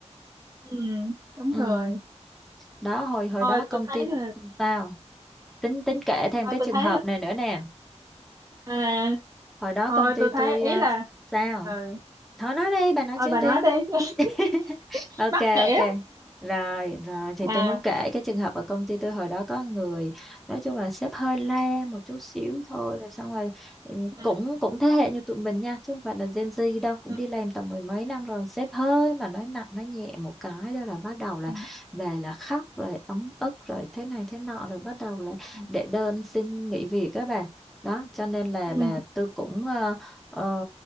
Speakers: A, on the right; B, in the centre.
A: ừ đúng
B: ừ
A: rồi
B: đó hồi hồi
A: thôi
B: đó công
A: tôi thấy
B: ty
A: là
B: tao tính tính kể thêm
A: thôi
B: cái
A: tôi
B: trường
A: thấy
B: hợp này nữa nè
A: à
B: hồi đó
A: thôi
B: công ty
A: tôi
B: tôi
A: thấy ý
B: à,
A: là
B: sao
A: ừ
B: thôi nói đi bà nói
A: thôi
B: trước
A: bà
B: đi
A: nói đi <laughs>
B: <laughs> ok
A: mắc
B: ok
A: kể
B: rồi rồi thì
A: à
B: tôi muốn kể cái trường hợp ở công ty tôi hồi đó có người nói chung là sếp hơi le một chút xíu thôi rồi xong rồi ừ,
A: ừ
B: cũng cũng thế hệ như tụi mình nha chứ không phải là Gen Z đâu cũng
A: ừ
B: đi làm tầm mười mấy năm rồi sếp hơi mà nói nặng nói nhẹ một cái đó là bắt đầu là
A: ừ
B: về là khóc rồi ấm ức rồi thế này thế nọ rồi bắt đầu là
A: ừ,
B: đệ đơn xin nghỉ việc các bà đó cho nên là
A: ừ.
B: là tôi cũng ờ, ờ,